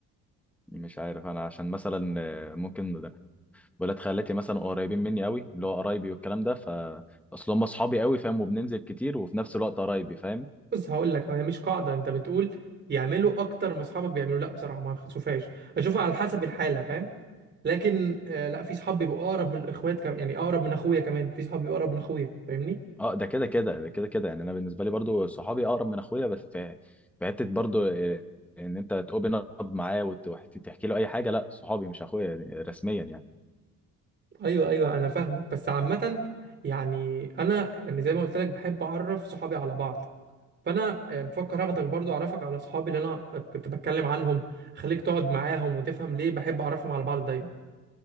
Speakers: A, in the centre; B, on the right.
A: مش عارف انا عشان مثلا آه، ممكن ولاد خالاتي مثلا قريبين مني قوي اللي هو قرايبي والكلام ده ف اصل هم اصحابي قوي فاهم وبننزل كتير وفي نفس الوقت قرايبي فاهم
B: بس هقول لك هي مش قاعده انت بتقول يعملوا اكتر ما اصحابك بيعملوا لا بصراحه ما بشوفهاش اشوفها على حسب الحاله فاهم لكن آه، لا في صحاب بيبقوا اقرب من الاخوات كمان يعني اقرب من اخويا كمان في صحاب بيبقوا اقرب من اخويا فاهمني
A: اه ده كده كده ده كده كده يعني انا بالنسبه لي برضو صحابي اقرب من اخويا بس في في حته برضو إيه، ان انت تقوبن اب معاه وت- وتحكي له اي حاجه لا صحابي مش اخويا يعني رسميا يعني
B: ايوه ايوه انا فاهمك بس عامه يعني انا يعني زي ما قلت لك بحب اعرف صحابي على بعض فانا يعني بفكر اخدك برضو اعرفك على صحابي اللي انا كنت بتكلم عنهم اخليك تقعد معاهم وتفهم ليه بحب اعرفهم على بعض دايما